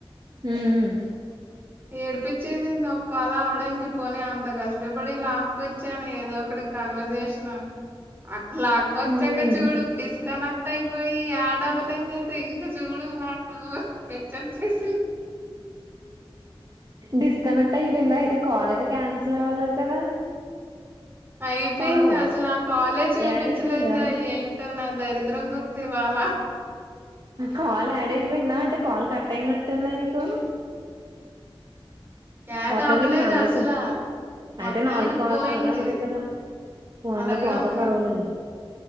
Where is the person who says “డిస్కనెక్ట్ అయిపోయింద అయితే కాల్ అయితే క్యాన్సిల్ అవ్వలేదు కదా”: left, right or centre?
Right